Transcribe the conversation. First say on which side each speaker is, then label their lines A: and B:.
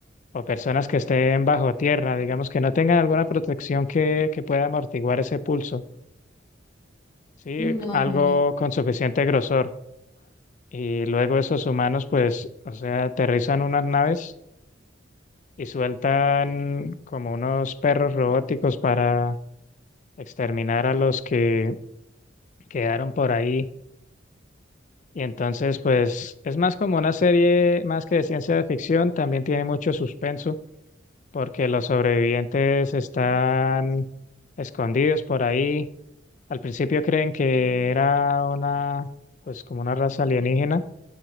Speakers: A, on the left (about 40°); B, on the left (about 20°).
A: o personas que estén bajo tierra, digamos, que no tengan alguna protección que, que pueda amortiguar ese pulso. Sí,
B: No,
A: algo
B: no, no.
A: con suficiente grosor. Y luego esos humanos, pues, o sea, aterrizan unas naves y sueltan como unos perros robóticos para exterminar a los que quedaron por ahí. Y entonces, pues, es más como una serie más que de ciencia de ficción, también tiene mucho suspenso, porque los sobrevivientes están escondidos por ahí. Al principio creen que era una, pues, como una raza alienígena